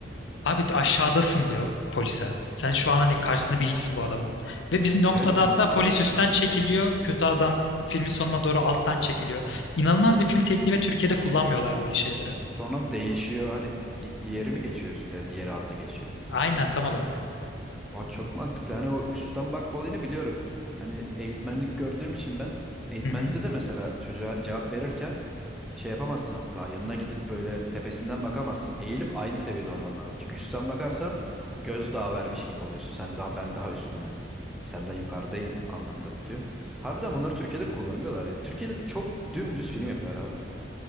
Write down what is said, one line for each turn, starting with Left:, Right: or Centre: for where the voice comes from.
Left: abi aşağıdasın diyor polise. Sen şu an hani karşısında bir
Centre: Aa.
Left: hiçsin bu adamın. Ve biz noktada
Centre: Evet mantıklı
Left: hatta polis
Centre: aslında.
Left: üstten çekiliyor. Kötü adam filmin sonuna doğru alttan çekiliyor. İnanılmaz bir film tekniği ve Türkiye'de kullanmıyorlar böyle şeyleri.
Centre: Sonra değişiyor hani di- diğeri mi geçiyor üste diğeri alta geçiyor.
Left: Aynen tam olarak.
Centre: Aa, çok mantıklı. Hani o üstten bakma olayını biliyorum. Hani eğitmenlik gördüğüm için ben eğitmenlikte
Left: Hı hı.
Centre: de mesela çocuğa cevap verirken şey yapamazsın asla. Yanına gidip böyle tepesinden bakamazsın. Eğilip aynı seviyede olman lazım. Çünkü üstten bakarsan gözdağı vermiş gibi oluyorsun. Sen daha ben daha üstünüm. Senden yukarıdayım anlamında satıyor. Harbiden bunları Türkiye'de kullanmıyorlar ya. Türkiye'de çok dümdüz film yapıyorlar abi.